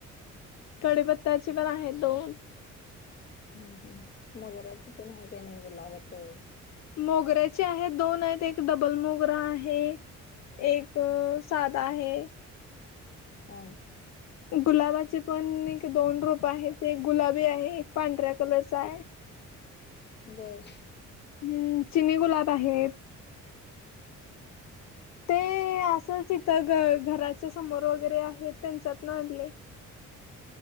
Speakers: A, on the left (about 65°); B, on the left (about 35°).
A: कढीपत्त्याची पण आहे दोन
B: हम्म हम्म मोगराच तेन हाय काय नाही गुलाबाचं
A: मोगऱ्याचे आहेत दोन आहेत एक डबल मोगरा आहे एक साध आहे
B: आ
A: गुलाबाचे पण एक दोन रोप आहेत एक गुलाबी आहे एक पांढऱ्या कलरचा आहे
B: बर
A: हम्म चिनी गुलाब आहेत ते.. ते असंच इथं घ घराच्या समोर वगैरे आहे त्यांच्यातन आणलय